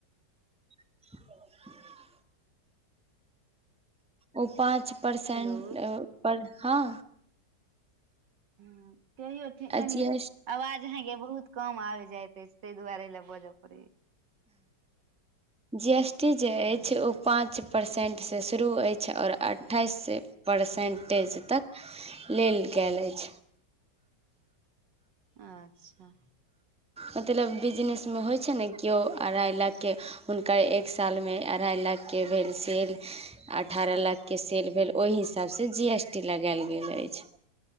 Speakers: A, in the centre; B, on the right.
A: <inaudible> ओ पाँच परसेंट
B: हेलो
A: पर हँ
B: <inaudible> कहैथी तनी
A: जी एस
B: आवाज अहाँ केँ बहुत कम आबि जाइत अछि तार दुआरे ले बजय पड़े
A: जी एस टी जे अइछ
B: अछि
A: ओ पाँच परसेंटसँ शुरू अछि आओर अठाइस परसेन्टेज तक लेल गैल अछि
B: अच्छा
A: मतलब बिजनेस मे होइ छै नऽ कियो अढ़ाइ लाखके हुनकर एक सालमे अढ़ाइ लाखके भेल सेल अठारह लाखके सेल भेल ओहि हिसाबसँ जी एस टी लगैल गेल अछि